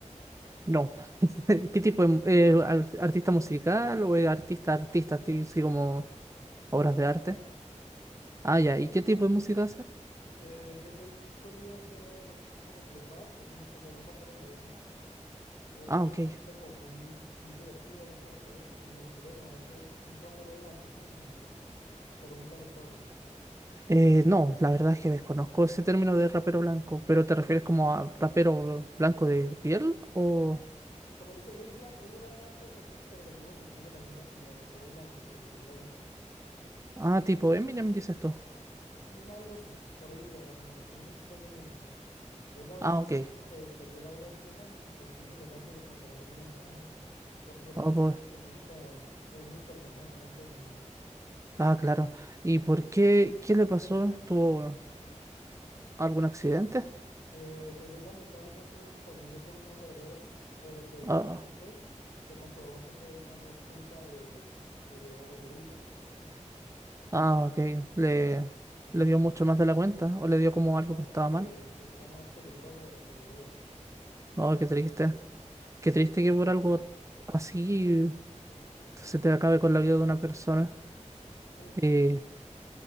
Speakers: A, on the right; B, on the left.
A: No. <laughs> ¿Qué tipo de eh, ar- artista musical o eh, artista artista, así así como
B: No,
A: obras
B: sí,
A: de
B: musical.
A: arte? Ah, ya. ¿Y qué tipo de música hace?
B: Eh, pues él solía hacer como que rap, es un, o sea, era un rapero modernito, eh, pero
A: Ah,
B: tiene
A: ok.
B: un estilo como muy, muy divertido, muy parchadito, como lo que podría llamarse un rapero blanco, ¿sí me entiendes? Pero muy talentoso.
A: Eh, no, la verdad es que desconozco ese término de rapero blanco, pero ¿te refieres como a rapero blanco de piel o
B: O sea, parece, él es blan- él era blanco de por sí, pero pues digamos su estilo también era como de rapero blanco, por decirlo así.
A: ah, tipo Eminem dices tú?
B: Mm, algo así, por ahí viva más o menos. Tenía un estilo muy único. Él lamentablemente
A: Ah, ok.
B: pues perdió la vida hace unos años y pues quise tratármelo como para hacerle un homenaje, porque pues
A: Ah,
B: considero
A: pues-
B: que su música fue muy importante en algún momento de mi vida.
A: ah, claro. ¿Y por qué? ¿Qué le pasó? ¿Tuvo algún accidente?
B: Eh, pues él lamentablemente falleció por una sobredosis, pero pues
A: Ah.
B: años después se comprobó que fue, digamos, culpa de, pues digamos, de su dealer.
A: Ah, ok. Le, le dio mucho más de la cuenta. O le
B: Lo
A: dio
B: suministró
A: como algo
B: algo
A: que estaba
B: que
A: mal.
B: pues era más peligroso de lo que debía.
A: Oh, qué triste. Qué triste
B: Mm,
A: que por algo así se te acabe con la vida de una persona.
B: Sí,
A: Eh,
B: pero,